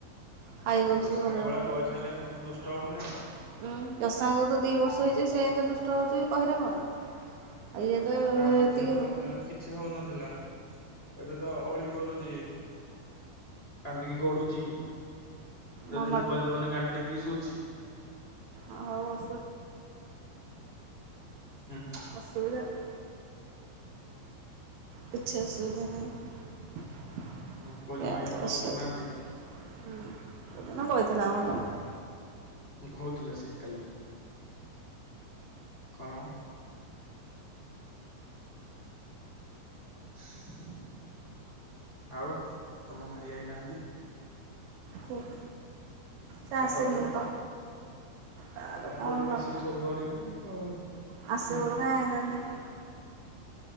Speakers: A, on the right (about 75°); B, on the left (about 40°).
A: ଖାଇଦଉଛି,
B: ଜସାଙ୍କ
A: ଭଲରେ
B: ଭଳିଆ
A: ଭଲରେ
B: ବୟସ
A: ଉୁଁ
B: ହେଲା ସିଏ ଦୁଷ୍ଟ ହବନି ଆଉ କଣ।
A: ଯଶାଙ୍କୁ ତ ଦି ବର୍ଷ ହେଇଛି। ସେ ଏମିତି ଦୁଷ୍ଟ ହଉଛି କହିରେ କଣ। ଆଉ ଇଏ ତ
B: ଆରେ ଆମ
A: ଏତିକି
B: ଝିଅ ତ ପ୍ରଥମେ
A: ଆଉ
B: କିଛି ହଉନଥିଲା ଏବେ ତ ଅଳି କରୁଚି। କାନ୍ଦିକି ଗଢୁଛି। ଯଦି
A: ମାମାଠୁ
B: ମୁବାଇଲ୍ ଦବନି, ଗାଣ୍ଡି ଟେକିକି ସୁଉଚି।
A: ଆ ହଉ ଅସୁ
B: ହୁଁ
A: ଅସୁବିଧା କଣ? କିଛି ଅସୁବିଧା ନାହିଁ।
B: ହୁଁ କହୁଛି
A: ସେଆ
B: ମାଇଁ
A: ତଁ
B: ଫୋନ
A: ଅସୁତୁ
B: କରୁନାହାନ୍ତି
A: ଉଁ କଉଁଦିନ କହିଥିଲା ମ ତମକୁ
B: ଘଉ ଦିଲା ସେ କାଲି। କଣ ମ <unintelligible> ଆଉ ତମ ଭାଇ ଆଇନାହାଁନ୍ତି?
A: କୁହ ସେ ଆସେନି
B: ଅପା ପୁଅ।
A: ତ। ତାର କଣ
B: କହୁଥିଲା
A: କାମ?
B: ସିଏ ସବୁ ଧରିକି ଗଲା।
A: ଆସେ
B: ହୁଁ
A: ପରା <unintelligible>